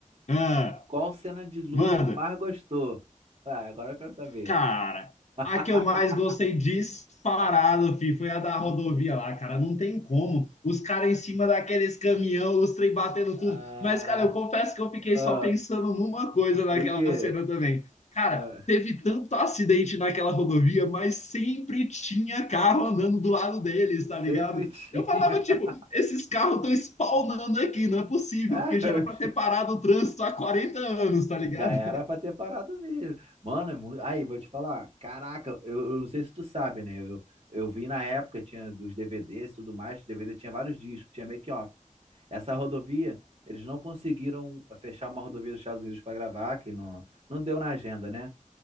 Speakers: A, on the left (about 55°); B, on the right (about 45°).
A: Ah,
B: Qual cena de luta
A: manda.
B: tu mais gostou? Ah, agora eu quero saber.
A: Cara,
B: <laughs>
A: a que eu mais gostei disparado, fi, foi a da rodovia lá, cara. Não tem como. Os caras em cima daqueles caminhão, os trem batendo tudo.
B: Ah,
A: Mas, cara, eu confesso que eu fiquei
B: ah,
A: só pensando numa coisa naquela
B: o quê?
A: cena também. Cara,
B: Ah,
A: teve tanto acidente naquela rodovia, mas sempre tinha carro andando do lado deles, tá ligado?
B: sempre tinha.
A: Eu falava, tipo,
B: <laughs>
A: esses carros estão spawnando aqui, não é possível,
B: Ah,
A: porque já
B: eu
A: era pra ter parado o trânsito há 40 anos, tá ligado?
B: Já era pra ter parado mesmo. Mano, é mu- aí, vou te falar. Caraca, eu, eu não sei se tu sabe, né? Eu, eu vi na época, tinha os DVDs e tudo mais. DVD tinha vários discos, tinha make-off. Essa rodovia, eles não conseguiram eh, fechar uma rodovia dos Estados Unidos pra gravar, que não, não deu na agenda, né?